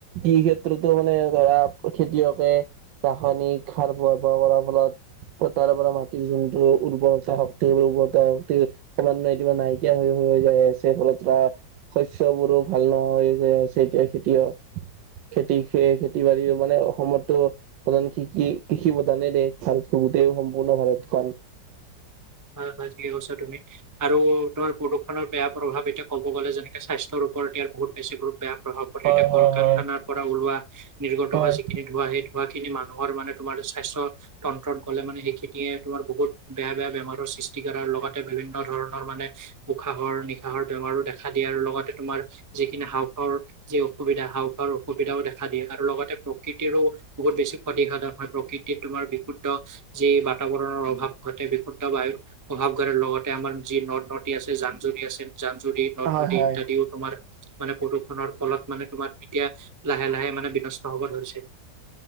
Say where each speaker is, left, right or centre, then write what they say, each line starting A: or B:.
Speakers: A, on the right; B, on the right.
A: এই ক্ষেত্ৰতো মানে ধৰা খেতিয়কে। ৰাসায়নিক সাৰ ব্যৱহাৰ কৰাৰ ফলত সূতাৰ পৰা মাটিৰ জোনটো উৰ্বৰতা হ। সেইবোৰ কমানয়ে একা নাইকিয়া হৈ হৈ যায় আছে ফলত শস্যবোৰত। ভাল নহয় যে চেতিয়া খেতিয়ক। খেতি খ খেতি বাতি মানে অসমতো প্ৰধান কৃষি কৃষি প্ৰধানে দেশ ভাৰত। দেও সম্পূৰ্ণ ভাৰতখন।
B: হয় হয় ঠিকে কৈছা তুমি আৰু তোমাৰ প্ৰদূষনৰ বেয়া প্ৰভাৱ এতিয়া ক'ব। ক'ব গ'লে যেনেক স্বাস্থ্যৰওপৰত ইয়াৰ বহুত বেছি বেয়া প্ৰভ প
A: হয়
B: এতিয়া
A: হয়
B: কল
A: হয়
B: কাৰখানাৰ পৰা ওলোৱা। নিৰ্গত
A: হয়
B: হোৱা যিখিনি ধোৱা সেই। ধোৱা খিনি মানুহৰ মানে তোমাৰ স্বাস্থ তন্ত্ৰত গ'লে মানে সেইখিনিয়ে তোমাৰ বহুত বেয়া বেয়া বেমাৰ। সৃষ্টি কৰাৰ লগতে বিভিন্ন ধৰণৰ মানে উশাহৰ নিশাহৰ বেমাৰো দেখা। খা দিয়ে আৰু লগতে তোমাৰ যিখিনি হাও খৰ। যি অসুবিধা হাঁওফাঁওৰ অসুবিধাও দেখা দিয়ে আৰু লগতে প্ৰকৃতিৰো বহুত বেছি ক্ষতি সাধন হয় প্ৰকৃতি। এ তোমাৰ বিশুদ্ধ যি বা। বাতাবৰণৰ অভাৱ ঘটে বিশুদ্ধ বায়ু অভাৱ ঘটে লগতে আমাৰ যি নদ নদী আছে জান জৰি আছে। জান জুৰি নদ
A: হয়
B: নদী
A: হয়
B: ইত্যাদিও তোমাৰ মানে প্ৰদূষণৰ ফলত। মানে তোমাৰ এতিয়া লাহে লাহে মানে বিনষ্ট হব ধৰিছে।